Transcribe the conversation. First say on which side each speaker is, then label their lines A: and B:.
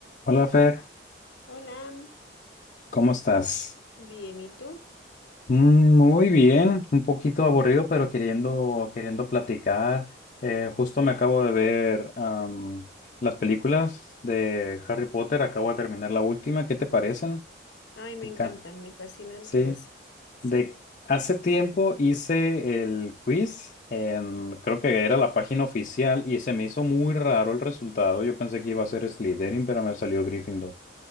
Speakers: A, on the left (about 40°); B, on the left (about 70°).
A: Hola Fer,
B: Hola,
A: ¿cómo estás?
B: bien, ¿y tú?
A: Mm, Muy bien, un poquito aburrido, pero queriendo, queriendo platicar. Eh, justo me acabo de ver am, las películas de Harry Potter, acabo de terminar la última. ¿Qué te parecen?
B: Ay, me
A: ¿Te encanta?
B: encantan, me fascinan
A: Sí.
B: todas. Sí,
A: De hace tiempo hice el quiz, en- creo que era la página oficial y se me hizo muy raro el resultado. Yo pensé que iba a ser Slytherin, pero me salió Gryffindor.